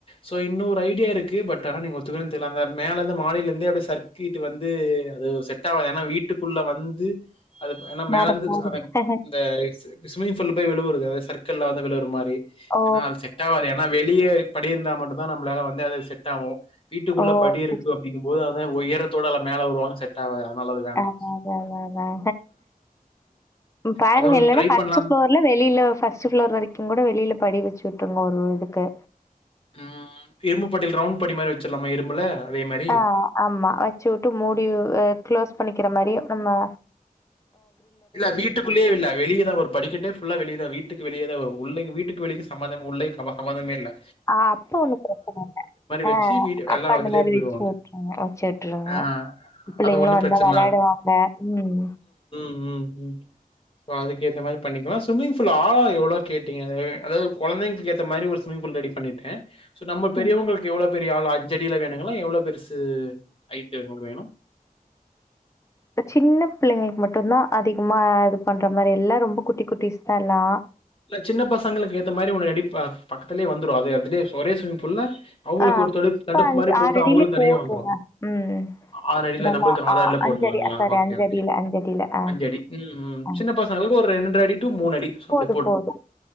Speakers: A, on the left (about 35°); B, on the left (about 20°).
A: சோ இன்னொரு ஐடியாருக்கு, பட் ஆனா நீங்க ஒத்துக்விங்லானு தெரில, அந்த மேல இருந்து மாடில இருந்தே அப்டி சர்கிட்டு வந்து அது செட் ஆவாது ஏனா வீட்டுக்குள்ள வந்து அது ஏனா
B: வேற
A: மேலந்து
B: பாருங்க.
A: அ அ அந்த இஸ் ஷ்விம்மிங் பூல்ல போயி விழுவுறது சர்க்குல்ல வந்து விழுற மாரி
B: ஓ!
A: ஏனா அது செட் ஆவாது ஏனா வெளிய படி இருந்தா மட்டுந்தா நம்மளால வந்து அது செட்டாகும் வீட்டுக்குள்ள
B: ஓ!
A: படி இருக்கு
B: சரி, சரி.
A: அப்டிங்கும் போது உயரத்தோட அலா மேல வருவாங்க செட் ஆவா நல்லது வேண்டா
B: அதான், அதான், அதான், பாருங்க
A: அது ஒண்ணு
B: இல்லனா
A: ட்ரை
B: பஸ்ட்
A: பண்ணலாம்.
B: ப்ளோர்ல வெளில பஸ்ட் ப்ளோர் வரைக்கும் கூட வெளில படி வச்சு விட் விட்றுங்க ஒரு இதுக்கு
A: உம் இரும்புப்படில ரவுண்ட் படி மாரி வச்சிட்லாமா இரும்புல அதே மாரி.
B: ஆஹ் ஆமா வச்சுவுட்டு மூடியு க்ளோஸ் பண்ணிக்ற மாரியு அம்மா
A: இல்ல வீட்டுகுள்ளியே இல்ல வெளியதா வரும். படிக்கட்டே புல்லா வெளியதா வீட்டுக் வெளியதா வரும் உள்ள வீட்டுக்கு வெளிய சம்மதம் உள்ளே சம சம்மதமேல
B: ஆஹ் அப்ப ஒண்ணும் பிரச்சன இல்ல, ஆஹ்
A: வச்சு வீடு எல்லாம்
B: அப்ப அந்த
A: அதிலயே
B: மாதிரி
A: போயிடுவாங்க.
B: போட்ருங்க வச்சு விட்ருங்க,
A: ஆ
B: பிள்ளைங்களும்
A: அது ஒண்ணும்
B: வந்தா
A: பிரச்சனை
B: விளையாடுவாங்க உம்
A: உம் உம் சோ அதுக்கேத்த மாரி பண்ணிக்கலா ஸ்விம்மிங்ஃபூல்ல ஆழோ எவ்ளோ கேட்டீங்க அதாவ்து கொழந்தைங்கேத்த மாரி ஒரு ஸ்விமிங்ஃபூல் ரெடி பண்ணிட்டே சோ நம்ம பெரியவங்களுக்கு
B: ம்.
A: எவ்ளோ பெரிய ஆளா அஞ்சடில வேணுங்களா எவ்ளோ பெருசு ஐட்டு உங்களுக்கு வேணு
B: சின்ன பிள்ளைங்ளுக் மட்டுந்தா அதிகமா ஆட் பண்ற மாரி எல்லா ரொம்ப குட்டி குட்டிஸ் தா எல்லா
A: ல சின்ன பசங்களுக்கேத்த மாரி ஒன்னு ரெடிப் ப பக்கத்துலே வந்துரு அது அதுலே ஒரே சொரேஷன் ஃபுல்லா அவங்களுக்கு
B: ஆ
A: ஒரு
B: அப்ப
A: தொடுப் தடுப்
B: அஞ்சு
A: மாரி போட்டா
B: ஆறு அடியில
A: அவுங்களுக் தனியா
B: போட்ருங்க
A: வந்துரு
B: ம்
A: அ ஆறடில
B: நல்லா
A: நம்மள்க்கு
B: ஆ
A: ஆறர்ல்ல
B: அஞ்சடி
A: போட்டுர்லாங்ளா
B: சாரி
A: ஓகே
B: அஞ்சடியில
A: ஓகே
B: அஞ்சடியில ஆ
A: அஞ்சடி ம் ம்
B: ஆ
A: சின்ன பசங்களுக்கு ஒரு ரென்றடி டூ மூணடி சோ அப்டி
B: போது போது